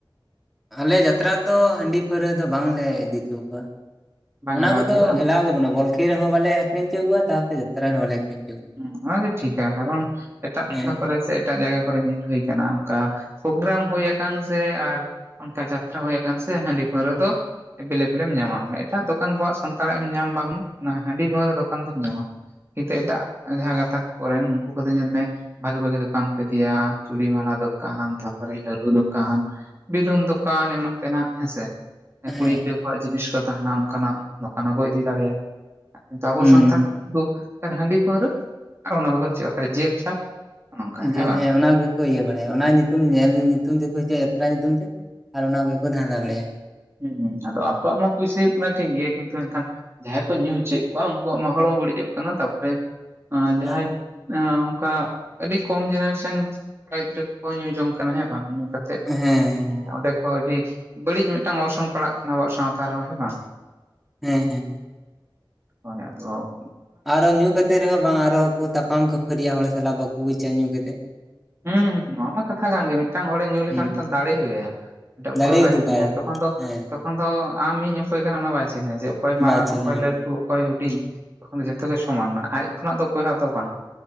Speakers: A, in the centre; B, on the right.
A: ᱟᱞᱮ ᱡᱟᱛᱨᱟ ᱫᱚ ᱦᱟᱺᱰᱤ ᱯᱟᱹᱣᱨᱟᱹ ᱫᱚ ᱵᱟᱝᱞᱮ ᱤᱫᱤ ᱦᱚᱪᱚ ᱠᱚᱣᱟ
B: ᱵᱟᱝ
A: ᱚᱱᱟ
B: ᱮᱞᱟᱣ
A: ᱠᱚᱫᱚ
B: ᱜᱮᱭᱟ ᱵᱟᱝ
A: ᱮᱞᱟᱣ ᱜᱮ ᱵᱩᱜᱼᱟ ᱵᱚᱞ ᱠᱷᱮᱞ ᱨᱮᱦᱚᱸ ᱵᱟᱞᱮ ᱟᱠᱷᱨᱤᱧ ᱦᱚᱪᱚᱣᱟ ᱠᱚᱣᱟ ᱛᱟᱯᱚᱨᱮ ᱡᱟᱛᱨᱟ ᱨᱮ ᱦᱚᱸ ᱵᱟᱞᱮ ᱟᱹᱠᱷᱨᱤᱧ ᱦᱚᱪᱚ
B: ᱩ ᱚᱱᱟᱜᱮ ᱴᱷᱤᱠᱟ ᱠᱟᱨᱚᱱ ᱮᱴᱟᱜ
A: ᱠᱚᱣᱟ
B: ᱴᱚᱴᱷᱟ
A: ᱦᱮᱸ
B: ᱠᱚᱨᱮ ᱪᱮᱫ ᱮᱴᱟᱜ ᱡᱟᱭᱜᱟ ᱠᱚᱨᱮ ᱧᱮᱞ ᱦᱩᱭ ᱟᱠᱟᱱᱟ ᱚᱱᱠᱟ ᱯᱨᱳᱜᱨᱟᱢ ᱦᱩᱭ ᱟᱠᱟᱱ ᱥᱮ ᱟᱨ ᱚᱱᱠᱟ ᱡᱟᱛᱨᱟ ᱦᱩᱭ ᱟᱠᱟᱱ ᱥᱮ ᱦᱟᱺᱰᱤ ᱯᱟᱹᱣᱨᱟᱹ ᱫᱚ ᱮᱵᱮᱞᱮᱵᱮᱞᱮᱢ ᱧᱟᱢᱟ ᱮᱴᱟᱜ ᱫᱚᱠᱟᱱ ᱠᱚᱣᱟᱜ ᱥᱟᱱᱛᱟᱲᱟᱜ ᱮᱢ ᱧᱟᱢ ᱵᱟᱝ ᱚᱱᱟ ᱦᱟᱺᱰᱤ ᱯᱟᱹᱣᱨᱟᱹ ᱫᱚᱠᱟᱱ ᱫᱚᱢ ᱧᱟᱢᱟ ᱦᱤᱛᱳᱜ ᱮᱴᱟᱜ ᱡᱟᱦᱟᱸ ᱜᱟᱛᱟᱠ ᱠᱚᱨᱮᱱ ᱩᱱᱠᱩ ᱠᱚᱫᱚ ᱧᱮᱞ ᱢᱮ ᱵᱷᱟᱜᱤ ᱵᱷᱟᱜᱤ ᱫᱚᱠᱟᱱ ᱠᱚ ᱤᱫᱤᱭᱟ ᱪᱩᱲᱤ ᱢᱟᱞᱟ ᱫᱚᱠ ᱫᱚᱠᱟᱱ ᱛᱟᱯᱚᱨᱮ ᱞᱟᱹᱰᱩ ᱫᱚᱠᱟᱱ ᱵᱤᱞᱩᱱ ᱫᱚᱠᱟᱱ ᱮᱢᱟᱱ ᱛᱮᱱᱟᱜ ᱦᱮᱸᱥᱮ
A: ᱦᱮᱸ
B: ᱠᱩᱲᱤ ᱜᱤᱫᱽᱨᱟᱹ ᱠᱚᱣᱟᱜ ᱡᱤᱱᱤᱥ ᱠᱚ ᱛᱟᱦᱮᱱᱟ ᱚᱱᱠᱟᱱᱟᱜ ᱫᱚᱠᱟᱱ ᱦᱚᱸᱠᱚ ᱤᱫᱤ ᱫᱟᱲᱮᱭᱟᱜᱼᱟ ᱟᱵᱚ
A: ᱦᱩᱸ
B: ᱥᱟᱱᱛᱟᱲ ᱦᱟᱺᱰᱤ ᱯᱟᱹᱣᱨᱟᱹ ᱚᱱᱟᱵᱚᱫᱚᱞ ᱚᱠᱟᱨᱮ ᱡᱮᱞ ᱪᱷᱟᱴ ᱚᱱᱚᱝᱠᱟ
A: ᱡᱤᱞ
B: ᱵᱟᱝ
A: ᱦᱮᱸ ᱚᱱᱟ ᱜᱮᱠᱚ ᱤᱭᱟᱹ ᱵᱟᱲᱟᱭᱟ ᱚᱱᱟ ᱧᱩᱛᱩᱢ ᱧᱮᱞ ᱧᱩᱛᱩᱢ ᱛᱮᱠᱚ ᱦᱤᱡᱩᱜᱼᱟ ᱡᱟᱛᱨᱟ ᱧᱩᱛᱩᱢ ᱛᱮ ᱟᱨ ᱚᱱᱟ ᱠᱚᱜᱮ ᱠᱚ ᱫᱷᱟᱱᱫᱟ ᱵᱟᱲᱟᱭᱟ
B: ᱦᱩᱸ ᱦᱩᱸ ᱟᱫᱚ ᱟᱠᱚᱣᱟᱜ ᱢᱟ ᱯᱩᱭᱥᱟᱹ ᱦᱩᱭᱩᱜ ᱠᱟᱱᱟ ᱴᱷᱤᱠ ᱜᱮ ᱠᱤᱱᱛᱩ ᱮᱱ ᱠᱷᱟᱱᱻᱻ ᱡᱟᱦᱟᱸᱭ ᱠᱚ ᱧᱩ ᱦᱚᱪᱚᱭᱮᱫ ᱠᱚᱣᱟ ᱩᱱᱠᱩᱣᱟᱜ ᱢᱟ ᱦᱚᱲᱢᱚ ᱵᱟᱹᱲᱤᱡᱚᱜ ᱠᱟᱱᱟ ᱛᱟᱯᱚᱨᱮ ᱡᱟᱦᱟᱸᱭᱻᱻ
A: ᱦᱮᱸ
B: ᱚᱱᱠᱟ ᱟᱹᱰᱤ ᱠᱚᱢ ᱡᱮᱱᱟᱨᱮᱥᱚᱱ ᱠᱚᱲᱟ ᱜᱤᱫᱽᱨᱟᱹ ᱠᱚᱠᱚ ᱧᱩ ᱡᱚᱝ ᱠᱟᱱᱟ ᱦᱮᱸ ᱵᱟᱝ ᱧᱩ ᱠᱟᱛᱮ
A: ᱦᱮᱸ
B: ᱚᱸᱰᱮ ᱠᱷᱚᱱ ᱟᱹᱰᱤ ᱵᱟᱹᱲᱤᱡ ᱢᱤᱫᱴᱟᱝ ᱚᱨᱥᱚᱝ ᱯᱟᱲᱟᱜ ᱠᱟᱱᱟ ᱟᱵᱚᱣᱟᱜ ᱥᱟᱶᱛᱟ ᱨᱮᱦᱚᱸ ᱦᱮᱸ ᱵᱟᱝ
A: ᱦᱮᱸ ᱦᱮᱸ
B: ᱦᱚᱭ ᱚᱫᱚᱻ
A: ᱟᱨᱚ ᱧᱩ ᱠᱟᱛᱮᱫ ᱨᱮᱦᱚᱸ ᱵᱟᱝ ᱟᱨᱚ ᱠᱚ ᱛᱟᱯᱟᱢ ᱠᱷᱟᱹᱯᱟᱹᱨᱤᱭᱟ ᱦᱚᱲ ᱥᱟᱞᱟᱜ ᱵᱟᱠᱚ ᱵᱩᱡᱟ ᱧᱩ ᱠᱟᱛᱮᱫ
B: ᱦᱩᱸ ᱱᱚᱣᱟ ᱢᱟ ᱠᱟᱛᱷᱟ ᱠᱟᱱ ᱜᱮ ᱢᱤᱫᱴᱟᱝ ᱦᱚᱲᱮ ᱧᱩ ᱞᱮᱠᱷᱟᱱ
A: ᱦᱩᱸ
B: ᱢᱤᱫᱴᱟᱝ ᱫᱟᱲᱮ ᱦᱩᱭᱭᱟ ᱚᱵᱮ ᱚᱠᱚᱭ
A: ᱫᱟᱲᱮ
B: ᱦᱚ ᱵᱟᱭ
A: ᱩᱫᱩᱜᱟᱭ
B: ᱪᱤᱱᱦᱟ ᱛᱚᱠᱷᱚᱱ ᱫᱚ
A: ᱦᱮᱸ
B: ᱛᱚᱠᱷᱚᱱ ᱫᱚ ᱟᱢ ᱤᱧ ᱚᱠᱚᱭ ᱠᱟᱱᱟ ᱚᱱᱟ ᱵᱟᱭ ᱪᱤᱱᱦᱟ ᱡᱮ ᱚᱠᱚᱭ
A: ᱵᱟᱭ
B: ᱢᱟᱨᱟᱝ
A: ᱪᱤᱱᱦᱟᱹᱣ
B: ᱚᱠᱚᱭ ᱞᱟᱹᱴᱩ ᱚᱠᱚᱭ ᱦᱩᱰᱤᱧ ᱛᱚᱠᱷᱚᱱ ᱫᱚ ᱡᱚᱛᱚ ᱜᱮ ᱥᱚᱢᱟᱱ ᱢᱟᱱᱮ ᱟᱡ ᱠᱷᱚᱱᱟᱜ ᱫᱚ ᱚᱠᱚᱭ ᱦᱚ ᱟᱫᱚ ᱵᱟᱝ